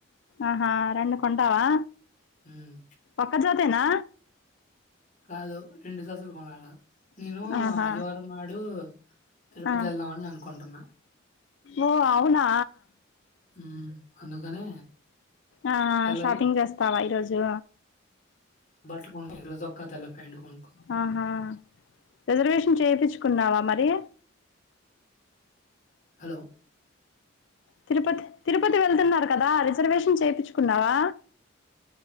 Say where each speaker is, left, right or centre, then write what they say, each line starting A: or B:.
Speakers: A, on the left; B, on the left.
A: ఆహా రెండు కొంటావా.
B: ఉమ్,
A: ఒక్క జతేనా.
B: కాదు రెండు జతలు కొనాలా. నేనూ
A: ఆహా
B: ఆదివారం నాడూ తిరుపతి
A: ఆ
B: వెళ్దామని అనుకుంటున్నా.
A: ఓ అవునా!
B: ఉమ్, అందుకనే
A: ఆ
B: తెల్లది
A: షాపింగ్ చేస్తావా ఈరోజూ.
B: బట్లు కొ <inaudible> తెల్ల చొక్కా తెల్ల ప్యాంటు కొం
A: ఆహా రిజర్వేషన్ చేపిచ్చుకున్నావా మర్ రీ
B: హలో
A: తిరుపతి తిరుపతి వెళ్తున్నారు కదా రిజర్వేషన్ చేపిచ్చుకున్నావా.